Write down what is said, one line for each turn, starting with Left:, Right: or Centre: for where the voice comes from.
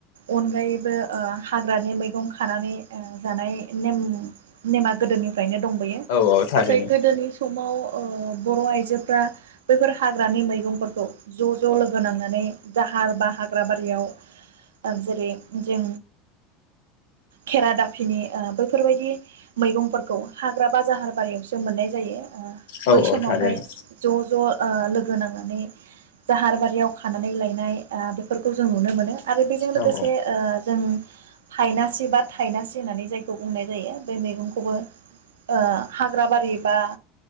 Right: अनगायै बो ओ हाग्रानि मैगं खानानै ओ जानाय नेम नेमा गोदोनि नो दंबोयो
Left: औ औ थारैनो
Right: नाथाय गोदोनि स समाव ओ बर आइजोफ्रा बैफोर हाग्रानि मैगंफोरखौ ज ज लोगो नांनानै जाहार बा हाग्रा बारियाव ओ जेरै जों खेरा दाफिनि ओ बैफोरबायदि मैगंफोरखौ हाग्रा बा जाहार बारियावसो मोननाय जायो। ओ
Left: औ
Right: बै समावहाय
Left: औ थारैनो
Right: ज'ज' ओ लोगो नांनानै जाहार बारियाव खानानै लायनाय ओ बेफोरखौ जों नुनो मोनो आरो बेजों लोगोसे
Left: औ
Right: ओ जों थायनासि बा थायनासि होननानै जायखौ बुंनाय जायो बे मैगंखौबो ओ हाग्रा बारि बा